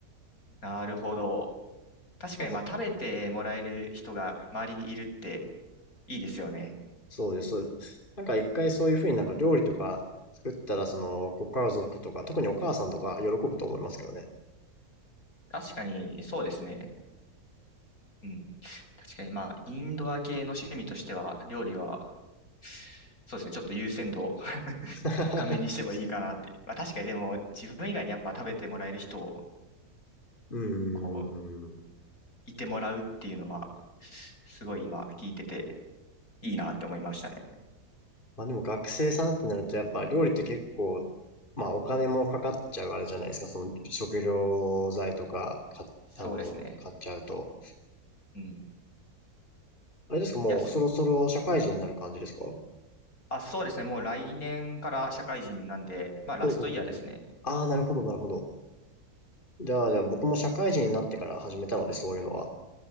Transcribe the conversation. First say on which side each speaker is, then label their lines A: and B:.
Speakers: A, on the left; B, on the left.
A: なるほど。確かに、
B: なんか、
A: まあ、食べてもらえる人が周りにいるっていいですよね。
B: そうです。そうなんか一回そういうふうになんか料理とか作ったら、そのご家族とか、特にお母さんとか喜ぶと思いますけどね。
A: 確かに、そうですね。うん。確かに、まあ、インドア系の趣味としては、料理は、そうですね、ちょっと優先度を <laughs>
B: <laughs>
A: 高めにしてもいいかなって。まあ、確かに、でも、自分以外にやっぱ食べてもらえる人を、
B: うーん。
A: こう、いてもらうっていうのは、すごい今、聞いてて、いいなって思いましたね。
B: まあでも学生さんってなるとやっぱ料理って結構、まあお金もかかっちゃうあれじゃないですか。その食料材とか、か、
A: そうですね。
B: あの、買っちゃうと。
A: うん。い
B: あれですか、もうそろそろ社会人になる感じですか
A: や、すあ、そうですね。もう来年から社会人なんで、まあ、ラストイヤーですね。
B: ほうほうほうほう。ああ、なるほど、なるほど。じゃあ、じゃあ僕も社会人になってから始めたので、そういうのは。